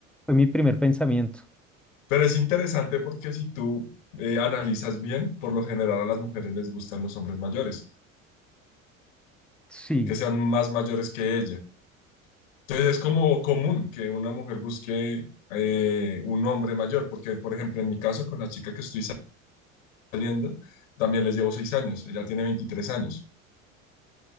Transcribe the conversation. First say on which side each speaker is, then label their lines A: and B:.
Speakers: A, in the centre; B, on the left.
A: fue mi primer pensamiento.
B: Pero es interesante porque si tú eh, analizas bien, por lo general a las mujeres les gustan los hombres mayores,
A: Sí.
B: que sean más mayores que ella. Entonces es como común que una mujer busque eh, un hombre mayor, porque por ejemplo en mi caso con la chica que estoy saliendo, también les llevo seis años, ella tiene veintitrés años,